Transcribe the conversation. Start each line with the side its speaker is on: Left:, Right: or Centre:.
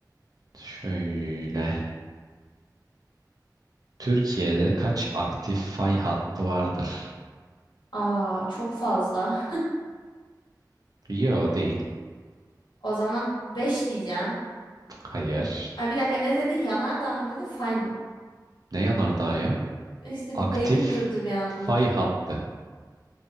Right: şöyle. Türkiye'de kaç aktif fay hattı vardır?
Left: Aa çok fazla.
Right: Yo değil.
Left: O zaman beş diyeceğim.
Right: Hayır.
Left: Ay bir dakika ne dedin? Yanardağ mı dedin? Fay mı?
Right: Ne yanardağı ya?
Left: İşte
Right: Aktif
Left: bir beynim durdu bir anlık.
Right: fay hattı.